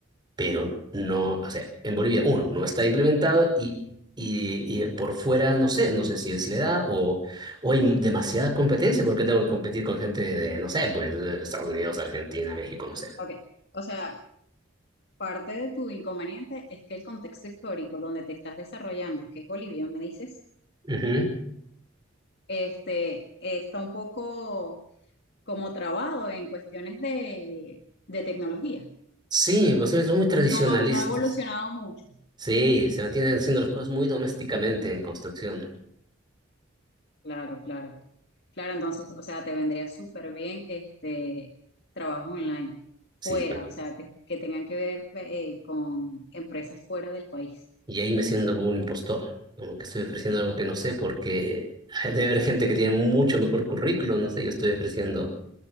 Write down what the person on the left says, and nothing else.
Ok. O sea, parte de tu inconveniente es que el contexto histórico donde te estás desarrollando, que es Bolivia, me dices,
este, está un poco como trabado en cuestiones de, de tecnología.
No va, no ha evolucionado mucho.
Claro, claro. Claro, entonces, o sea, te vendría súper bien este trabajo online, fuera,
o sea, que, que tengan que ver eh, con empresas fuera del país.